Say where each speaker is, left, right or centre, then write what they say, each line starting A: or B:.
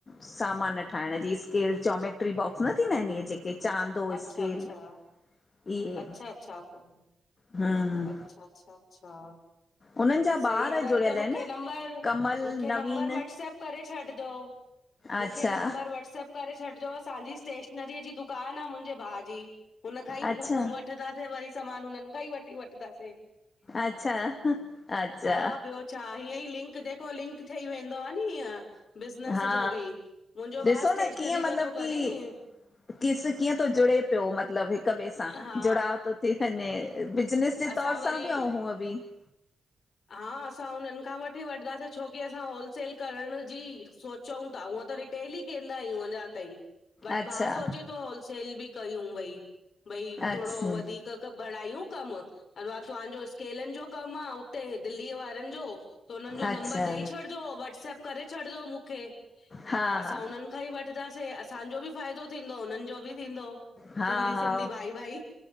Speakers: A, on the left; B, on the left.
A: सामान ठाहिंण जी, स्केल जोमेट्री बॉक्स न थींदा हिनि इह्ये जेके। चांदो,
B: अच्छा
A: स्केल।
B: अच्छा
A: इहे
B: अच्छा- अच्छा -अच्छा-
A: हम्म
B: अच्छा -अच्छा।
A: उन्हनि जा
B: सही
A: ॿार
B: आ वरी
A: जुड़ियल
B: त मुखे
A: आहिनि
B: नंबर,
A: कमल
B: मुखे
A: नवीन
B: नंबर व्हाट्सप्प करे छडि जो
A: अच्छा
B: मुखे नंबर व्हटसप्प। करे छॾिजो, असांजी स्टेशनरीअ जी दुकानु आ मुंजे भाउ जी हुनखांई वठ
A: अच्छा
B: -- वठिदासे वरी सामान हुनन खांई वठी वठिदासे --
A: अच्छा हा -- अच्छा
B: हा ॿियो छा, हिअंई लिंक जेको लिंक ठही वेंदो आ नी हीअं। बिज़नेस
A: हा
B: जो बि, मुंजो
A: ॾिसो
B: भाउ
A: न
B: स्टेशनरी
A: कीअं मतिलब
B: जो तो करी
A: की
B: नी --
A: किस कीअं तो जुड़े पियो मतिलब हिक ॿिए सां
B: हा
A: जुड़ाव तो -- थी वंञें, बिजिनेस जे
B: असां
A: तौर सां
B: वरी
A: बि अंउं हुंअ बि --
B: हा असां हुनन खां वठी वठिदासीं छोकी असां होलसेल करण जी सोच -- चऊं ता हूअं त रिटेल ई केंदा आहियूं अञां ताईं बट
A: अच्छा
B: भा सोचे तो होलसेल बि कयूं ॿई। भई
A: अच्छा
B: थोडो वधीक क बणायूं कमु अ व तव्हांजो स्केलनि जो कमु आ ओ दिल्लीअ वारनि जो, त हुननि जो
A: अच्छा
B: नंम्बरु ॾेई छॾजो वाट्सप करे छॾिजो मूंखे।
A: हा
B: असां
A: हा
B: उननि खां ई वठंदासीं असांजो बि फ़ाइदो थींदो उननि जो बि थींदो।
A: हा
B: सिंधी
A: हा
B: सिंधी भाई भाई